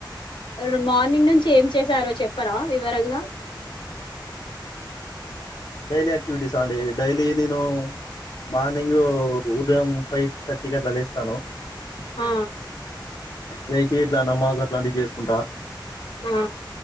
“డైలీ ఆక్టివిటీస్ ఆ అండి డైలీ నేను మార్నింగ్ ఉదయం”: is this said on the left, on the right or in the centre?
Left